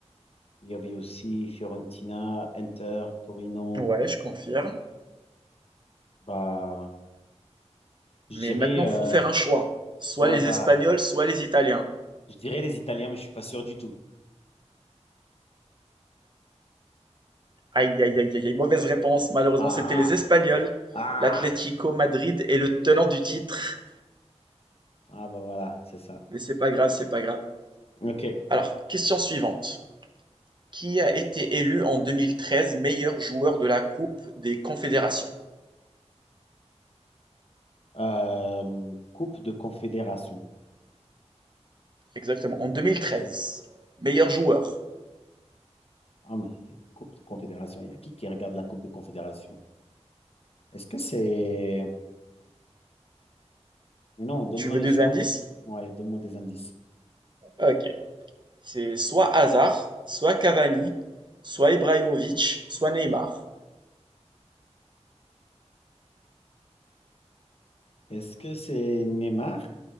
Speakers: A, on the left; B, on the right.
A: Il y avait aussi Fiorentina, Inter, Torino.
B: Ouais, je confirme.
A: Bah, je
B: Mais
A: dirais,
B: maintenant,
A: euh,
B: faut faire un choix. Soit
A: ouais,
B: les
A: bah,
B: Espagnols, soit les Italiens.
A: je dirais les Italiens, mais je suis pas sûr du tout.
B: Aïe, aïe, aïe, aïe, aïe. mauvaise réponse. Malheureusement,
A: Ah,
B: c'était les Espagnols.
A: ah,
B: L'Atlético Madrid est le tenant du titre.
A: ah, bah voilà, c'est ça.
B: Mais c'est pas grave, c'est pas grave.
A: Ok.
B: Alors, question suivante. Qui a été élu en 2013 meilleur joueur de la Coupe des Confédérations?
A: Euh, Coupe de Confédération.
B: Exactement, en deux mille treize Meilleur joueur.
A: Ah, mais Coupe de Confédération, il y a qui qui regarde la Coupe de Confédération? Est-ce que c'est... Mais non, donne-moi
B: Tu veux
A: les
B: des
A: choix.
B: indices?
A: Ouais, donne-moi des indices.
B: Ok. C'est soit Hazard, soit Cavani, soit Ibrahimovic, soit Neymar.
A: Est-ce que c'est Neymar?